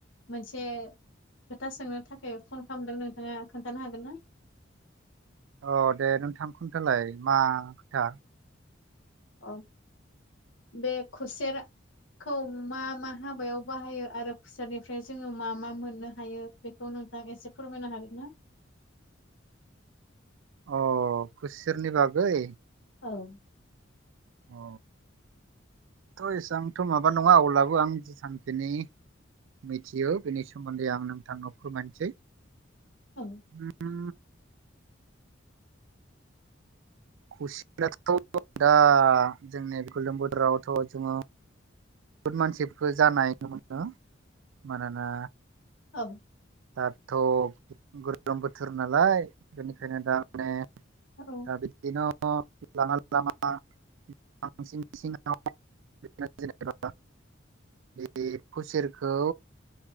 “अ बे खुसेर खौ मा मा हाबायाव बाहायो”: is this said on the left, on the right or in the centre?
Left